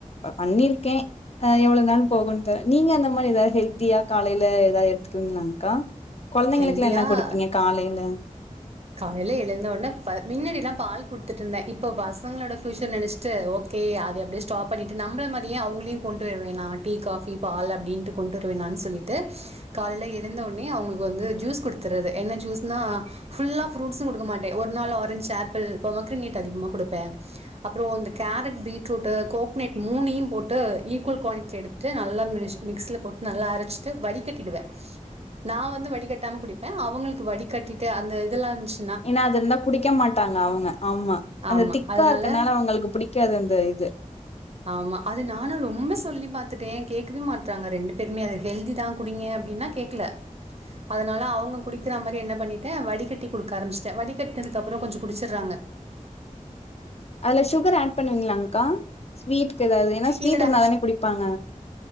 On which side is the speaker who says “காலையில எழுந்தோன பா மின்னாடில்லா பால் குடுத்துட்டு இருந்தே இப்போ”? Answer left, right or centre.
Right